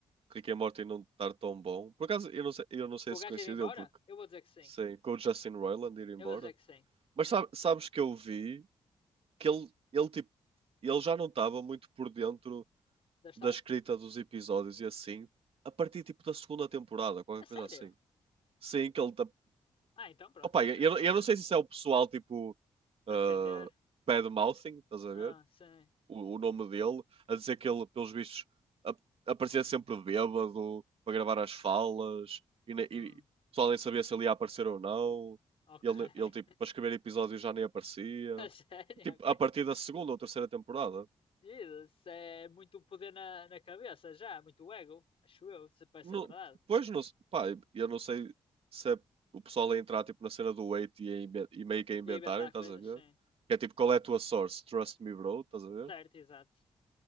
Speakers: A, on the right; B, on the left.
A: Rick and Morty não estar tão bom? Por acaso, eu não sei, eu não sei
B: Com o
A: se
B: gajo
A: coincidiu,
B: ir embora?
A: porque
B: Eu vou dizer que sim.
A: sim, com o Justin Roiland ir embora.
B: Eu vou dizer que sim.
A: Mas sabe- sabes que eu vi que ele, ele, tipo, ele já não estava muito por dentro
B: Da história?
A: da escrita dos episódios e assim, a partir tipo da segunda temporada, qualquer
B: A sério?
A: coisa assim. Sim, que ele. tá-
B: Ah, então pronto,
A: Opa,
B: não
A: eu,
B: teve nada
A: eu
B: a
A: não sei
B: ver.
A: se isso é o pessoal, tipo
B: A
A: uh,
B: defender?
A: bad-mouthing, estás a
B: Ah,
A: ver?
B: sim.
A: O, o nome dele, a dizer que ele, pelos vistos, ap- aparecia sempre bêbado para gravar as falas e, ne-
B: Hum,
A: e o pessoal nem sabia se ele ia aparecer ou não.
B: ok.
A: Ele,
B: <laughs>
A: ele tipo, para escrever episódios já nem aparecia.
B: A sério,
A: Tipo,
B: ok.
A: a partir da segunda ou terceira temporada.
B: Jesus, é muito poder na, na cabeça já, muito ego, acho eu, se parece
A: Não,
B: ser verdade.
A: pois, não, se- pá, eu não sei se é o pessoal a entrar tipo, na cena do Wait e, a inven- e meio que a inventarem,
B: E inventar
A: estás
B: coisas,
A: a ver?
B: sim.
A: Que é tipo, qual é a tua source? Trust me, bro, estás a ver?
B: Certo, exato.